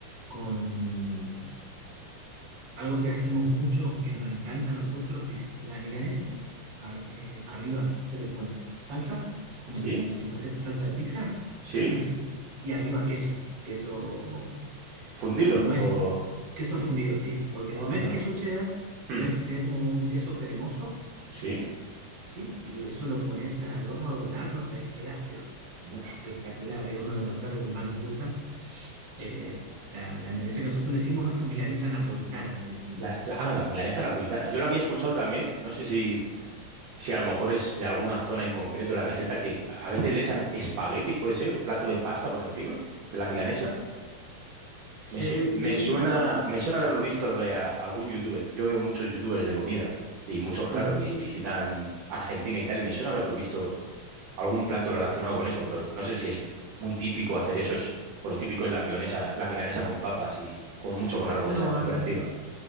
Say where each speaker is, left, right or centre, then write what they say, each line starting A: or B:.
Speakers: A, on the right (about 65°); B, on the right (about 80°).
A: con Algo que hacemos mucho, que nos encanta a nosotros, es la milanesa. ar- eh, arriba se le pone salsa, como,
B: ¿Sí?
A: como que si fuese salsa de pizza,
B: ¿Sí?
A: <clears throat> y arriba queso. Queso
B: ¿Fundido?
A: no
B: ¿O
A: es queso fundido, sí, porque
B: onda?
A: no es queso cheddar,
B: ¿Mm?
A: pero es- sería como un queso cremoso,
B: ¿Sí?
A: ¿sí? Y eso lo pones al horno a dorar, no sabes qué da, pero
B: Uf.
A: espectacular. Es uno de los platos que más nos gusta. Eh, la, la milanesa que nosotros le decimos milanesa napolitana, le decimos.
B: La, la- ah, la milanesa napolitana. Yo lo había escuchado también, no sé si, si a lo mejor es de alguna zona en concreto la receta, que a veces le echan espaguetis, ¿puede ser? ¿Un plato de pasta por encima de la milanesa?
A: Se,
B: Me, su- me
A: he visto
B: suena, me suena haberlo visto de a- algún youtuber. Yo veo muchos youtubers de comida y muchos,
A: Sí,
B: claro, vi- visitan Argentina y tal, y me suena haberlo visto algún plato relacionado con eso, pero no sé si es muy típico hacer eso, es- o lo típico es la milanesa, la milanesa con papas y como mucho con algo
A: no,
B: de salsa por encima.